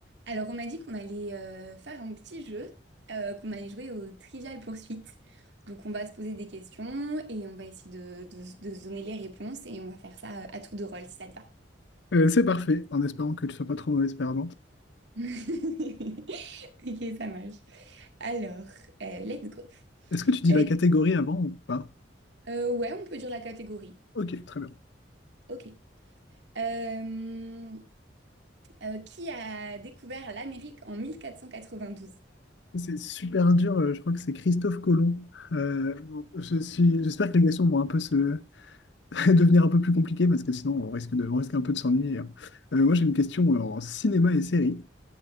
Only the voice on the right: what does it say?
Alors, on m'a dit qu'on allait euh, faire un petit jeu, euh, qu'on allait jouer au Trivial poursuite. Donc, on va se poser des questions et on va essayer de, de, de se donner les réponses et on va faire ça euh, à tour de rôle si ça te va.
<laughs> Ok, ça marche. Alors, euh, let's go.
Euh,
euh, ouais, on peut dire la catégorie.
Ok. Euh, euh, qui a découvert l'Amérique en 1492?